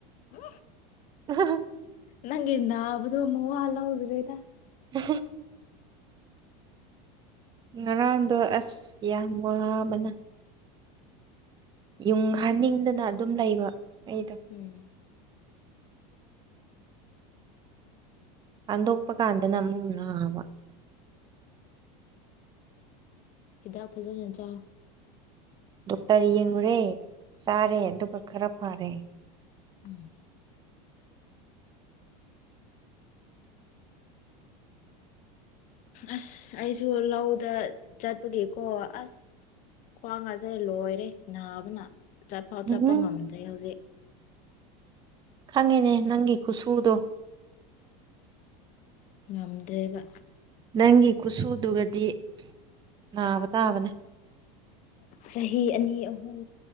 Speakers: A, on the left; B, on the right.
A: ꯎ
B: ꯑ
A: ꯅꯪ ꯏꯟꯅꯕꯗ ꯃꯣꯂ ꯎꯗ꯭ꯔꯦꯗ
B: ꯍ ꯉꯔꯥꯡꯗꯣ ꯑꯁ ꯌꯥꯝ ꯋꯥꯕꯅ ꯌꯨꯡꯍꯟꯅꯤꯡꯗꯅ ꯑꯗꯨꯝ ꯂꯩꯕ ꯑꯩꯗꯣ
A: ꯎꯝ
B: ꯍꯟꯗꯣꯛꯄ ꯀꯥꯟꯗꯅ ꯑꯃꯨꯛ ꯕ
A: ꯍꯤꯗꯥꯛ ꯐꯖꯅ ꯆꯥꯎ
B: ꯗꯨꯇ ꯌꯦꯡꯨꯔꯦ ꯆꯥꯔꯦ ꯑꯗꯨꯒ ꯈꯔ ꯐꯔꯦ
A: ꯎꯝ ꯑꯁ ꯑꯩꯁꯨ ꯂꯧꯗ ꯆꯠꯄꯒꯤꯦꯀꯣ ꯑꯁ ꯈ꯭ꯋꯥꯡ ꯉꯥꯁꯦ ꯂꯣꯏꯔꯦ ꯅꯥꯕꯅ ꯆꯠꯐꯥꯎ
B: ꯎꯝ
A: ꯆꯠꯄ ꯉꯝꯗ꯭ꯔꯦ ꯍꯧꯖꯤꯛ
B: ꯈꯪꯉꯅꯦ ꯅꯪꯒꯤ ꯈꯨꯁꯨꯨꯎꯗꯣ
A: ꯉꯝꯗ꯭ꯔꯦꯕ
B: ꯅꯪꯒꯤ ꯈꯨꯠꯁꯨꯗꯨꯒꯗꯤ ꯅꯥꯕ ꯇꯥꯕꯅꯦ
A: ꯆꯍꯤ ꯑꯅꯤ ꯑꯍꯨꯝ